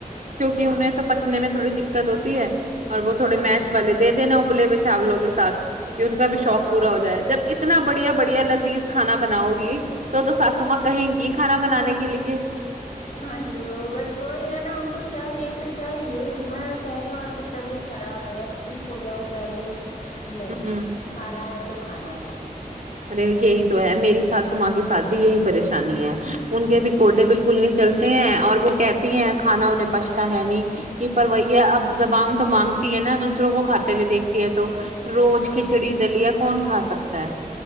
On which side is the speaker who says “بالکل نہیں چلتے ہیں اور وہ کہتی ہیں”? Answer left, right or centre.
Right